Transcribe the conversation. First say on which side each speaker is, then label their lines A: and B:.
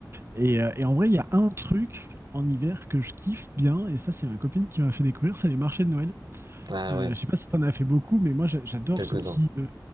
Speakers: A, on the right; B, on the right.
A: Et, euh, et en vrai, il y a un truc en hiver que je kiffe bien, et ça, c'est ma copine qui m'a fait découvrir, c'est les marchés de Noël.
B: ah
A: Euh,
B: ouais,
A: je sais pas si t'en as fait beaucoup, mais moi, j'a- j'adore
B: quelques-uns.
A: ce petit, euh,